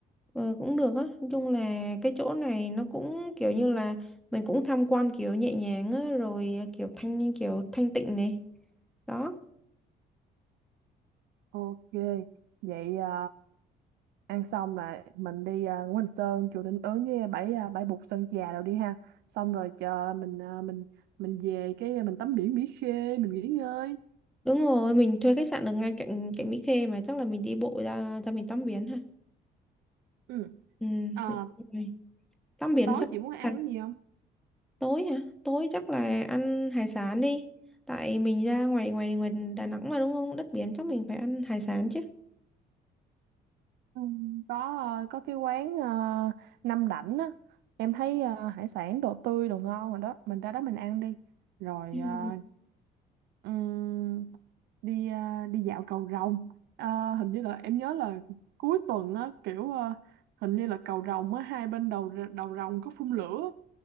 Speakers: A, in the centre; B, on the right.
A: ờ, cũng được á nói chung là cái chỗ này nó cũng kiểu như là mình cũng tham quan kiểu nhẹ nhàng á rồi à, kiểu thanh kiểu thanh tịnh này đó
B: Ok, vậy à, ăn xong là mình đi à, Ngũ Hành Sơn chùa Linh Ứng với bãi à, bãi Bụt Sơn Trà rồi đi ha xong rồi chờ mình à, mình mình về cái à, mình tắm biển Mỹ Khê mình nghỉ ngơi
A: đúng rồi mình thuê khách sạn ở ngay cạnh cạnh Mỹ Khê mà chắc là mình đi bộ ra ra mình tắm biển ha
B: ừ.
A: ừ
B: Ờ,
A: được rồi. tắm biển
B: tối
A: xong
B: chị muốn ăn
A: à,
B: cái gì không
A: tối hả tối chắc là ăn hải sản đi tại mình ra ngoài ngoài ngoài Đà Nẵng mà đúng không đất biển chắc mình phải ăn hải sản chứ
B: Ừ, có ờ, có cái quán ờ, Năm Đảnh á em thấy ờ, hải sản đồ tươi đồ ngon rồi đó mình ra đó mình ăn đi rồi
A: Ừ.
B: ờ, Ừm, đi à, đi dạo cầu Rồng À, hình như là em nhớ là cuối tuần á kiểu à, hình như là cầu Rồng á hai bên đầu đầu Rồng có phun lửa